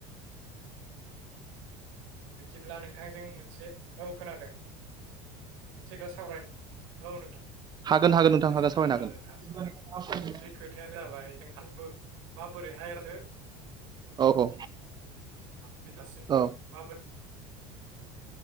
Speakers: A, on the right; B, on the right.
A: बिदिब्ला नोंथांजों मोनसे औ खोनादों। मोनसेथा सावरायनो औ नोंथां।
B: हागोन हागोन
A: होननो
B: नोंथां हागोन
A: सानदोंमोन
B: सावरायनो
A: आरो
B: हागोन।
A: नोंथां बे खोथायानो जाबाय जोंहांबो माबोरैहाय राथो
B: औ औ।
A: बे दासिमबो
B: औ
A: माबोरै